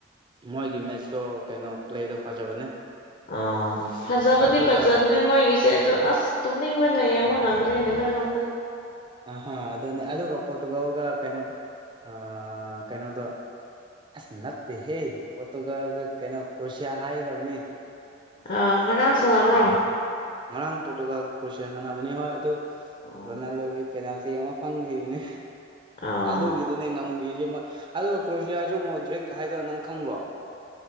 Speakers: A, on the right (about 25°); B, on the left (about 45°).
A: ꯃꯣꯏꯒꯤ ꯃꯦꯠꯁꯇꯣ ꯀꯩꯅꯣ ꯄ꯭ꯂꯦꯗꯣ ꯐꯖꯕꯅꯦ
B: ꯑꯥꯎ ꯐꯖꯕꯗꯤ
A: ꯑꯗꯨꯒ
B: ꯐꯖꯕꯅꯤ ꯃꯣꯏꯒꯤꯁꯦ ꯑꯗꫭ ꯑꯁ ꯇꯨꯝꯅꯤꯡꯕꯅ ꯑꯗꯨꯅ ꯌ‌ꯦꯡꯕ ꯉꯝꯗ꯭ꯔꯦꯅꯦ ꯂꯣꯏꯅꯃꯛꯇ
A: ꯍꯥ ꯑꯗꯨꯅꯦ ꯑꯗꯨꯒ ꯄꯣꯔꯇꯨꯒꯥꯜꯒ ꯀꯩꯅꯣ ꯑ ꯀꯩꯅꯣꯗꯣ ꯑꯁ ꯅꯠꯇ‌ꯦꯍꯦ ꯄꯣꯇꯨꯒꯜꯒ ꯀꯩꯅꯣ ꯀ꯭ꯔꯣꯁꯤꯌꯥ ꯍꯥꯏꯒꯗꯕꯅꯤ
B: ꯑ ꯉꫪꯥꯡ ꯁꯟꯅꯕ꯭ꯔꯣ
A: ꯉꯔꯥꯡ ꯄꯣꯔꯇꯨꯒꯥꯜ ꯀ꯭ꯔꯣꯁꯤꯌꯥ ꯁꯥꯟꯅꯕꯅꯤ ꯍꯣꯏ ꯑꯗꯨ
B: ꯑꯣ
A: ꯔꯣꯅꯥꯜꯗꯣꯒꯤ ꯄꯦꯅꯥꯜꯇꯤ ꯑꯃ ꯐꯪꯒꯤꯕꯅꯤ
B: ꯑꯥ
A: ꯑꯗꯨꯒꯤꯗꯨꯅꯦ ꯉꯝꯒꯤ ꯒꫪꯤꯖ‌ꯦ ꯃꫭꯏ ꯑꯗꯨ ꯀ꯭ꯔꯨꯁꯤꯌꯥꯁꯨ ꯃꯣꯗ꯭ꯔꯤꯛ ꯍꯥꯏꯗꫭ ꯅꯪ ꯈꯪꫪꫭ